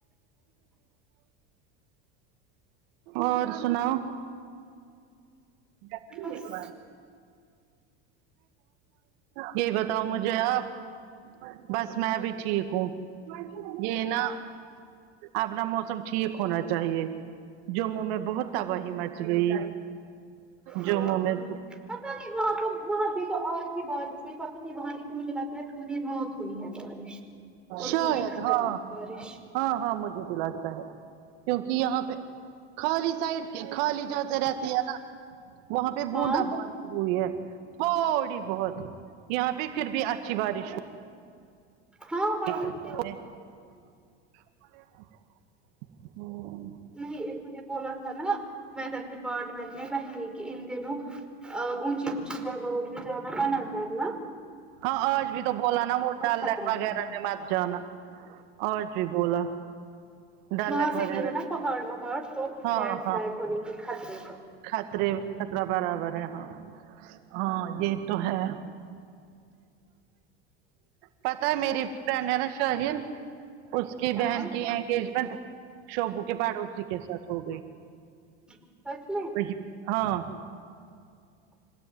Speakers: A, on the right (about 70°); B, in the centre.
A: اور سناو دکھن <unintelligible>
B: بس
A: یہی بتاؤ مجھے آپ بس میں بھی ٹھیک ہوں یہ نا اپنا موسم ٹھیک ہونا چاہیے جموں میں بہت
B: ہاں
A: تباہی مچ گئی
B: ہاں
A: جموں میں
B: ہاں پت نہیں وہاں تو وہاں بھی تو آج بھی بارش ہوئی پتہ نہیں وہاں سے مجھے لگتا ہے تھوڑی بہت ہوئی ہے بارش اور
A: شاید
B: وہ بھی خطرناک
A: ہاں
B: بارش
A: ہاں ہاں مجھے تو لگتا ہے کیونکہ یہاں پہ خالی سائڈ کے خالی ج سے رہتی ہے نا وہاں پہ
B: ہاں
A: بوندا باند وہئی ہے تھوڑی بہت یہاں پہ پھر بھی اچھی بارش ہو
B: ہاں
A: ہ
B: ورنہ کیا نہیں انہوں نے بولا تھا نا ودر ڈپارٹمنٹ میں پہلے کہ ان دنو ں ااونچی اونچی جگاو بہ جانا منا کر نا
A: ہاں آج بھی تو بولا نا وہ ڈلنس
B: خطرہ
A: وغیرہ
B: ہے
A: میں مت جانا آج بھی بولا ڈالک
B: وہاں سے
A: وغیرہ
B: بھی ہے نا پہاڑ وہاڑ تو
A: ہاں
B: لینڈ
A: ہاں
B: سلائڈ ہونے کے خطرے کو
A: خطرے خطرا برابر ہے ہاں ہاں یہ تو ہے پتا ہے میری فرینڈ ہے نا شاہین اس کی
B: ہاں
A: بہن کی اینک منٹ شوبوں کے پڑوسی کے ساتھ ہو گئی
B: سچ میں
A: وہ ہاں